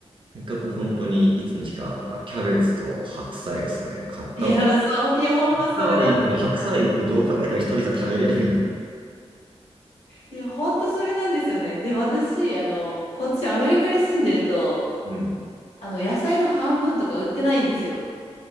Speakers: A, on the right; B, on the left.
A: とにかく本当にいつの日か、あキャベツと白菜ですかね。買ったは。
B: い。いや、そう。いや、ほんまそれなんですよ。
A: 買ったはいいけど、白菜行くどう考えても一人じゃ食べれないよな。<laughs>
B: いや、ほんとそれなんですよね。で、私、あの、こっちアメリカに住んでると、
A: うん。
B: あの、野菜の半分とか売ってないんですよ。